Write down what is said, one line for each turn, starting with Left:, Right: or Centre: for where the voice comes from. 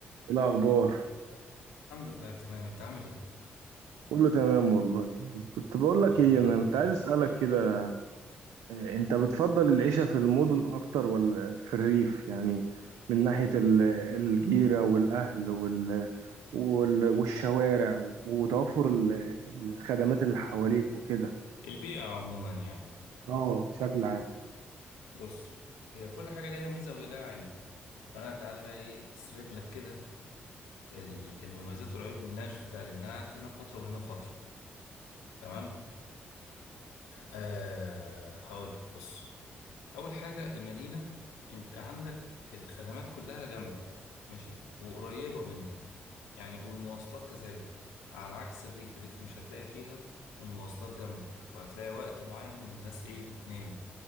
Right: إيه الأخبار
Left: الحمد لله تمام انت عامل ايه
Right: كله تمام والله كنت بقول لك
Left: كله
Right: ايه
Left: تمام
Right: انا كنت عايز اسألك كده إيه، انت بتفضل العيشة في المدن اكتر ولا في الريف يعني من ناحية ال- الجيرة والاهل وال وال- والشوارع وتوفر ال- الخدمات اللي حواليك وكده
Left: البيئة عموما يعني
Right: اه بشكل عام
Left: بص هي كل حاجة ليها ميزة وليها عيوب فانا تعالى بقى ايه اسرد لك كده ال- المميزات والعيوب من اللي انا شفتها لان انا قعدت هنا فترة وهنا فترة تمام أه هقول لك بص اول حاجة المدينة انت عندك الخدمات كلها جنبك ماشي وقريبة منك يعني والمواصلات كذلك على عكس الريف الريف مش هتلاقي فيها المواصلات جنبك وهتلاقي وقت معين والناس ايه بتنام